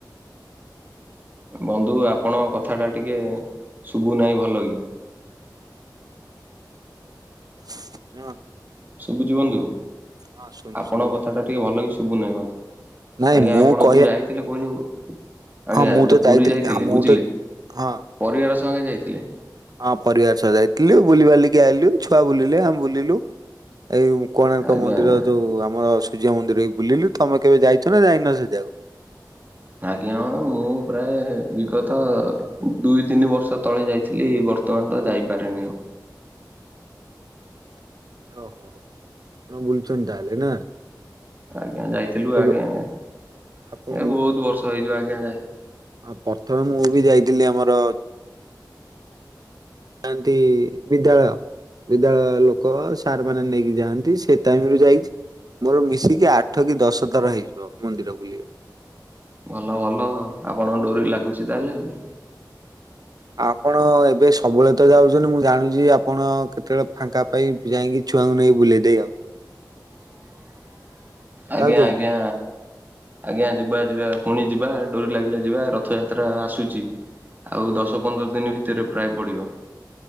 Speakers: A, on the right; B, on the right.
A: ବନ୍ଧୁ ଆପଣ ଙ୍କ କଥାଟା ଟିକେ ଶୁଭୁନାହିଁ ଭଲ କି।
B: <unintelligible>
A: ଶୁବୁଚି ବନ୍ଧୁ।
B: ହଁ ଶୁଣୁ
A: ଆପଣଙ୍କ
B: ଶୁଭିଲା
A: କଥାଟା ଟିକେ ଭଲ କି ଶୁଭୁନାହିଁ ମତେ।
B: ନାଇଁ
A: ଆଜ୍ଞା
B: ମୁଁ
A: ଆପଣ
B: କହିବା
A: ଯୋଉ ଯାଇ ଥିଲେ କହିଲୁ, ଆଜ୍ଞା
B: ହଁ ମୁଁ ତ
A: ଯୋଉ
B: ଯାଇଥିଲି
A: ପୁରୀ ଯାଇଥିଲେ
B: ଆ ମୁଁ
A: ବୁଝିଲେ
B: ତ ହଁ କୁହ।
A: ପରିବାର ସହ ହିଁ ଯାଇଥିଲେ।
B: ହଁ ପରିବାର ସହ ଯାଇଥିଲୁ। ବୁଲିିବାଲିକି ଆଇଲୁ। ଛୁଆ ବୁଲିଲେ ଆମେ ବୁଲିଲୁ। ଏଇ କୋଣାର୍କ
A: ଆଜ୍ଞା
B: ମନ୍ଦିର
A: ଆଜ୍ଞା
B: ଯୋଉ ଆମର ସୂର୍ଯ୍ୟ ମନ୍ଦିର ବି ବୁଲିଲୁ। ତମେ କେବେ ଯାଇଚ ନା ଯାଇନ ସେ ଯାଗାକୁ?
A: ଆଜ୍ଞା ହଁ ମୁଁ ପ୍ରାୟ ବିଗତ ଦୁଇ ତିନି ବର୍ଷ ତଳେ ଯାଇଥିଲି। ବର୍ତ୍ତମାନ ତ ଯାଇପାରିନି ଆଉ।
B: ଓହୋ। ଆପଣ ବୁଲିଚନ୍ତି ତାହେଲେ ନା?
A: ଆଜ୍ଞା ଯାଇଥିଲୁ
B: କେବେ
A: ଆଜ୍ଞା। ଏ
B: ଆପଣ
A: ବହୁତ ବର୍ଷ ହେଇଯିବ ଆଜ୍ଞା।
B: ଅ ପ୍ରଥମେ ମୁଁ ବି ଯାଇଥିଲି ଆମର ଯାନ୍ତି ବିଦ୍ୟାଳୟ ବିଦ୍ୟାଳୟ ଲୋକ ସାର୍ ମାନେ ନେଇକି ଯାଆନ୍ତି, ସେ ଟାଇମରୁ ଯାଇଚି। ମୋର ମିଶିକି ଆଠ କି ଦଶ ଥର ହେଇଯିବ ମନ୍ଦିର ବୁଲିବା।
A: ଭଲ ଭଲ ଆଉ। ଆପଣଙ୍କ ଡୋରି ଲାଗୁଚି ତାହେଲେ ଆଉ।
B: ଆପଣ ଏବେ ସବୁବେଳେ ତ ଯାଉଛନ୍ତି। ମୁଁ ଜାଣୁଚି ଆପଣ କେତେବେଳେ ଫାଙ୍କା ପାଇଁ ଯାଇଁକି ଛୁଆଙ୍କୁ ନେଇ ବୁଲେଇ ଦେଇ ଆଉଛନ୍ତି
A: ଆଜ୍ଞା
B: ଯାଉଛନ୍ତି
A: ଆଜ୍ଞା। ଆଜ୍ଞା ଯିବା ଯିବା ପୁଣି ଯିବା, ଡୋରି ଲାଗିଲେ ଯିବା ରଥଯା ତ୍ରା ଆସୁଚି, ଆଉ ଦଶ ପନ୍ଦର ଦିନ ଭିତରେ ପ୍ରାୟ ପଡିବ।